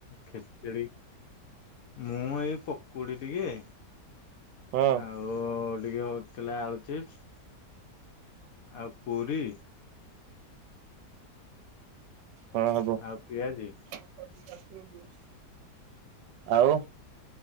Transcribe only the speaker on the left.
ଖେଚେଡି ମୁଁ ଏଇ ପକୁଡି ଟିକେ
ଆଉ ଟିକେ ହଉଥିଲା ଆଳୁଚିପ୍ସ ଆଉ ପୁରୀ
ଆଉ ପିଆଜି